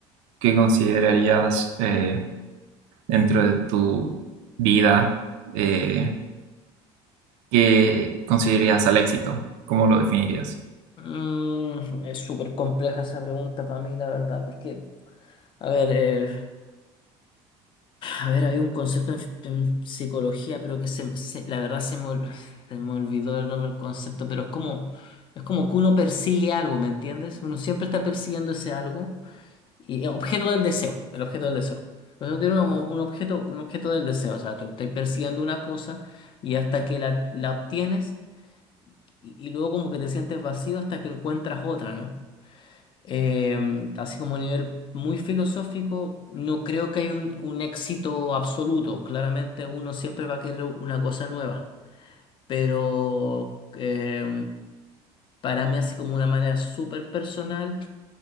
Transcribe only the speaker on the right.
qué considerarías eh, dentro de tu vida? eh, ¿qué considerarías al éxito? ¿Cómo lo definirías?